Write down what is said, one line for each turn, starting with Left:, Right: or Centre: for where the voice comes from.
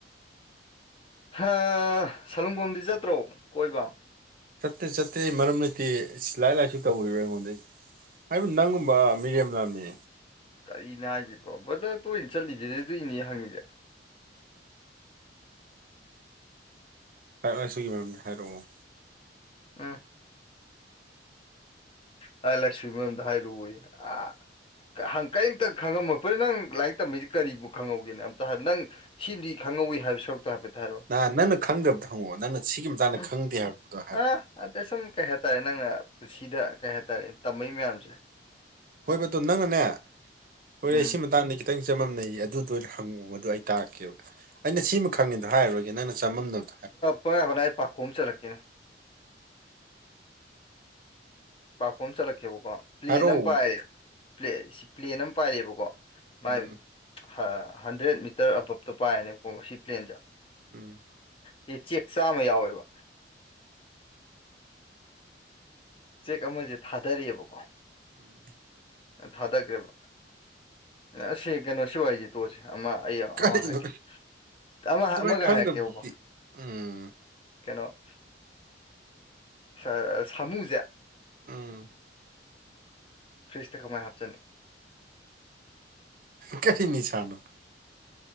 Left: ꯍ ꯁꯂꯨꯡꯐꯝꯗꯤ ꯆꯠꯇ꯭ꯔꯣ ꯀꯣꯏꯕ
Right: ꯆꯠꯇꯦ ꯆꯠꯇꯦ ꯃꯔꯝ ꯂꯩꯇꯦꯌꯦ ꯂꯥꯏ ꯂꯥꯏꯁꯨ ꯇꯧꯔꯤꯕ ꯑꯩꯉꯣꯟꯗꯩ ꯑꯩꯕꯨ ꯅꯪꯒꯨꯝꯕ ꯃꯤꯔꯦꯝ ꯂꯥꯝꯃꯤ
Left: ꯀꯔꯤꯅ ꯍꯥꯏꯁꯤꯕꯣ ꯕ꯭ꯔꯗ ꯇꯣꯏꯅ ꯆꯠꯂꯤꯗꯨꯗꯤ ꯑꯗꯨꯏꯅꯦ ꯍꯪꯉꯤꯁꯦ
Right: ꯂꯥꯏꯛ ꯂꯥꯏꯁꯨꯒꯤ ꯃꯔꯝꯗ ꯍꯥꯏꯔꯛꯑꯣ
Left: ꯎꯝ ꯂꯥꯏꯛ ꯂꯥꯏ ꯁꯨꯒꯤ ꯃꯔꯝꯗ ꯍꯥꯏꯔꯛ ꯑꯣꯌꯦ ꯑ ꯪ ꯀꯔꯤꯝꯇ ꯈꯪꯉꯝꯃꯣꯏ ꯐ ꯅꯪ ꯂꯥꯏꯔꯤꯛ ꯇꯝꯃꯤꯁꯤ ꯀꯔꯤꯕꯨ ꯈꯪꯍꯧꯒꯦꯅ ꯑꯝꯇ ꯅꯪ ꯁꯤꯝꯗꯤ ꯈꯪꯍꯧꯋꯏ ꯍꯥꯏꯕꯁꯨ ꯇꯣ ꯍꯥꯏꯐꯦꯠ ꯇ ꯍꯥꯏꯔꯛꯎꯅꯦ
Right: ꯅ ꯅꯪꯅ ꯈꯪꯗꯕꯗꯣ ꯍꯪꯉꯛꯑꯣ ꯅꯪꯅ ꯁꯤꯒꯤ ꯃꯇꯥꯡꯗ
Left: ꯎꯝ
Right: ꯈꯪꯗꯦ ꯍꯥꯏꯕꯗꯣ ꯍꯥꯏꯔꯛꯑꯣ
Left: ꯑꯥ ꯑꯇꯩ ꯁꯨꯝ ꯀꯩ ꯍꯥꯏꯇꯥꯔꯦ ꯅꯪꯅ ꯄꯨꯟꯁꯤꯗ ꯀꯩ ꯍꯥꯏꯇꯥꯔꯦ ꯇꯝꯝꯕꯩ ꯃꯌꯥꯝꯁꯦ
Right: ꯍꯣꯏꯕꯇꯣ ꯅꯪꯅꯅꯦ ꯑꯣꯏꯔꯦ
Left: ꯎꯝ
Right: ꯁꯤ ꯃꯇꯥꯡꯗ ꯈꯤꯇꯪ ꯆꯃꯝꯅꯩ ꯑꯗꯨꯗ ꯑꯣꯏꯅ ꯍꯪꯉꯑꯣ ꯑꯗꯨ ꯑꯩ ꯇꯥꯛꯔꯀꯦꯕ ꯑꯩꯅ ꯁꯤꯃ ꯈꯪꯉꯦꯗ ꯍꯥꯏꯔꯒꯦ ꯅꯪꯅ ꯆꯃꯝꯅꯕ
Left: ꯄꯔ ꯍꯥꯟꯅ ꯑꯩ ꯄꯥꯈꯣ ꯑꯃ ꯆꯠꯂꯛꯀꯅꯦ ꯄꯥꯔꯀꯣ ꯑꯃ ꯆꯠꯂꯛꯀꯦꯕꯀꯣ ꯄ꯭ꯂꯦꯟ
Right: ꯍꯥꯏꯔꯛꯑꯣ
Left: ꯑꯃ ꯄꯥꯏꯔꯦ ꯁꯤ ꯄ꯭ꯂꯦꯟ ꯑꯃ ꯄꯥꯏꯔꯦꯕꯀꯣ ꯃꯥꯏ
Right: ꯎꯝ
Left: ꯍ ꯍꯟꯗ꯭ꯔꯦꯗ ꯃꯤꯇꯔ ꯑꯕꯞꯇꯣ ꯄꯥꯏꯅꯦꯕꯀꯣ ꯁꯤ ꯄ꯭ꯂꯦꯟꯁꯦ
Right: ꯎꯝ
Left: ꯁꯤ ꯆꯦꯛ ꯆꯥꯃ ꯌꯥꯎꯋꯦꯕ ꯆꯦꯛ ꯑꯃꯁꯦ ꯊꯥꯗꯔꯤꯑꯕꯀꯣ
Right: ꯎꯝ
Left: ꯊꯥꯗꯈ꯭ꯔꯦꯕ ꯑꯁꯤ ꯀꯩꯅꯣ ꯁꯤ ꯋꯥꯔꯤꯁꯦ ꯇꯣꯛꯑꯁꯤ ꯑꯃ ꯑꯩ ꯑꯃꯒ
Right: ꯀꯔꯤꯅꯣ
Left: ꯍꯥꯏꯔꯛꯀꯦ ꯑꯃ
Right: ꯑꯗꯨꯃꯥꯏꯅ
Left: ꯑꯃꯒ
Right: ꯈꯪꯗꯕꯗꯨꯗꯤ
Left: ꯍꯥꯏꯔꯛꯀꯦꯕꯀꯣ
Right: ꯎꯝ
Left: ꯀꯩꯅꯣ ꯁ ꯑ ꯁꯥꯃꯨꯁꯦ
Right: ꯎꯝ
Left: ꯐ꯭ꯔꯤꯖꯇ ꯀꯃꯥꯏ ꯍꯥꯞꯆꯅꯤ
Right: ꯀꯩꯅꯤꯁꯥꯅꯣ